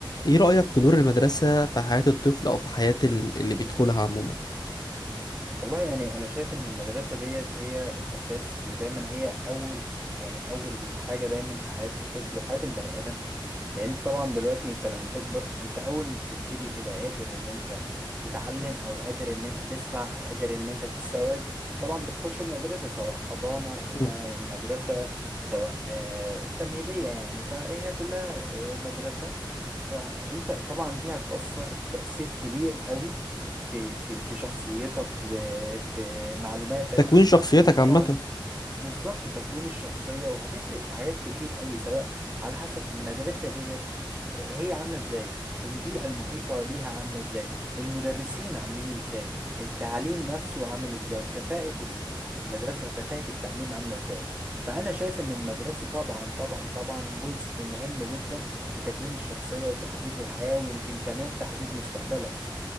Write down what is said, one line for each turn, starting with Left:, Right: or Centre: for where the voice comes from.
Left: ايه رأيك في دور المدرسة في حياة الطفل او في حياة ال- اللي بيدخلها عموما
Right: والله يعني أنا شايف إن المدرسة ديت هي الأساس ودايما هي أول يعني أول الحاجة دايما في حياة الطفل وحياة البني آدم لأن أنت طبعا دلوقتي أنت لما تكبر أنت أول ما بتبتدي تبقى قادر إن أنت تتعلم أو قادر إن أنت تسمع أو قادر إن أنت تستوعب طبعا بتخش المدرسة سواء حضانة أو بقى
Left: مم.
Right: المدرسة سواء آه، التمهيدية يعني فهي كلها آه، مدرسة فانت طبعا دي هتأثر تأثير كبير قوي في في في شخصيتك وفي معلوماتك
Left: تكوين شخصيتك
Right: وطبعا
Left: عامة
Right: بالظبط تكوين الشخصية وهتفرق في حاجات كتير قوي سواء على حسب المدرسة ديت آه، هي عاملة ازاي البيئة المحيطة بيها عاملة ازاي المدرسين عاملين ازاي التعليم نفسه عامل ازاي كفاءة ال- ال- المدرسة وكفاءة التعليم عاملة ازاي فأنا شايف إن المدرسة طبعا طبعا طبعا جزء مهم جدا في تكوين الشخصية وتحديد الحياة ويمكن كمان تحديد مستقبلك